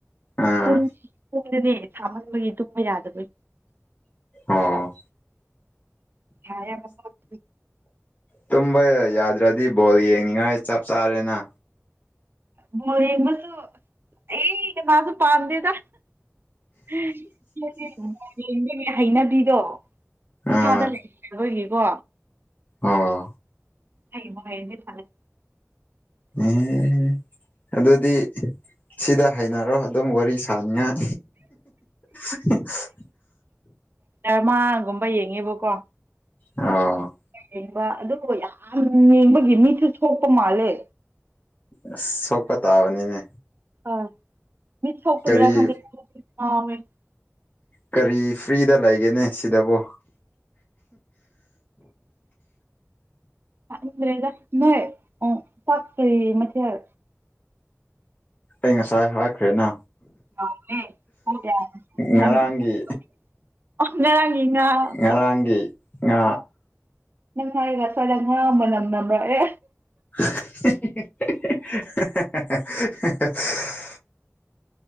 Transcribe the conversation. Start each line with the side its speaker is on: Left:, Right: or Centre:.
Left: ꯑꯥ
Right: ꯄꯨꯡ ꯑꯩꯗꯅꯦ ꯁꯥꯃꯟꯕꯒꯤ ꯇꯨꯝꯕ ꯌꯥꯗꯕꯩ
Left: ꯑꯣ
Right: ꯁꯥꯏꯌꯦ <unintelligible>
Left: ꯇꯨꯝꯕ ꯌꯥꯗ꯭ꯔꯗꯤ ꯕꯣꯜ ꯌꯦꯡꯅꯤꯡꯉꯥꯏ ꯆꯞ ꯆꯥꯔꯦꯅ
Right: ꯕꯣꯜ ꯌꯦꯡꯕꯁꯨ ꯑꯩ ꯀꯅꯥꯁꯨ ꯄꯥꯝꯗꯦꯗ <unintelligible> ꯍꯩꯅꯕꯤꯗꯣ ꯏꯁꯥꯗ
Left: ꯑꯥ
Right: ꯂꯩꯈ꯭ꯔꯕꯒꯤꯀꯣ
Left: ꯑꯣ
Right: ꯍꯩꯕꯨ ꯍꯩꯔꯗꯤ ꯁꯥꯟꯅꯩ
Left: ꯑꯦ ꯑꯗꯨꯗꯤ ꯁꯤꯗ ꯍꯩꯅꯔꯣ ꯑꯗꯨꯝ ꯋꯥꯔꯤ ꯁꯥꯅꯤꯡꯉꯥꯏ <unintelligible>
Right: ꯗ꯭ꯔꯃꯥꯒꯨꯝꯕ ꯌꯦꯡꯉꯦꯕꯀꯣ
Left: ꯑꯣ
Right: ꯌꯦꯡꯕ ꯑꯗꯨꯕꯨ ꯌꯥꯝ ꯌꯦꯡꯕꯒꯤ ꯃꯤꯠꯁꯨ ꯁꯣꯛꯄ ꯃꯥꯜꯂꯦ
Left: ꯑꯁ ꯁꯣꯛꯄ ꯇꯥꯕꯅꯤꯅꯦ
Right: ꯑꯥ ꯃꯤꯠ ꯁꯣꯛꯄꯒꯤꯔ
Left: ꯀꯔꯤ
Right: ꯈꯪꯗꯦ <unintelligible>
Left: ꯀꯔꯤ ꯐ꯭ꯔꯤꯗ ꯂꯩꯒꯦꯅꯦ ꯁꯤꯗꯕꯣ
Right: ꯈꯪꯗ꯭ꯔꯦꯗ ꯅꯣꯏ ꯑꯣ ꯆꯥꯛ ꯀꯔꯤ ꯃꯊꯦꯜ
Left: ꯑꯩ ꯉꯁꯥꯏ ꯍꯥꯏꯈ꯭ꯔꯦꯅ
Right: ꯀꯥꯎꯒ꯭ꯔꯦ ꯀꯣꯛ <unintelligible>
Left: ꯉꯔꯥꯡꯒꯤ
Right: ꯑꯣ ꯉꯔꯥꯡꯒꯤ ꯉꯥꯇꯣ
Left: ꯉꯔꯥꯡꯒꯤ ꯉꯥ
Right: ꯅꯪ ꯍꯥꯏꯔꯒ ꯁ꯭ꯋꯥꯏꯗ ꯉꯥ ꯃꯅꯝ ꯅꯝꯔꯛꯑꯦ
Left: <inaudible> <unintelligible>